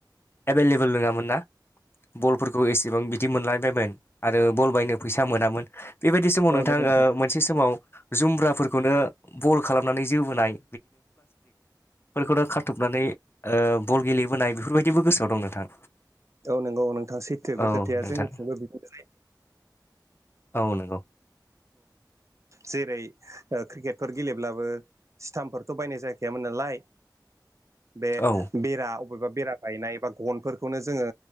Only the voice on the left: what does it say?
एभेलेबोल नङामोन ना बलफोरखौ एसे <unintelligible> बेबायदि समाव नोंथां
मोनसे समाव जुम्ब्राफोरखौनो बल खालामनानै जोबोनाय <inaudible> फोरफोरखौनो खाारथबनानै बल गेलेबोनाय बेफोरबायदिबो गोसोआव दं नोंथां
औ
नोंथां
औ नंगौ
औ